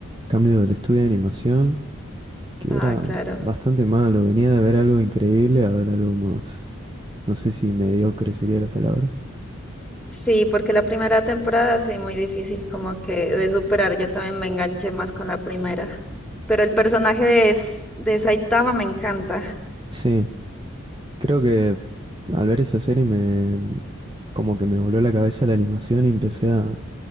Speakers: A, on the right; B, in the centre.
A: cambio del estudio de animación, que
B: Ah,
A: era
B: claro.
A: bastante malo. Venía de ver algo increíble a ver algo más. No sé si mediocre sería la palabra.
B: Sí, porque la primera temporada sí, muy difícil como que de superar. Yo también me enganché más con la primera. Pero el personaje de, S- de Saitama me encanta.
A: Sí, creo que al ver esa serie me como que me voló la cabeza la animación y empecé a,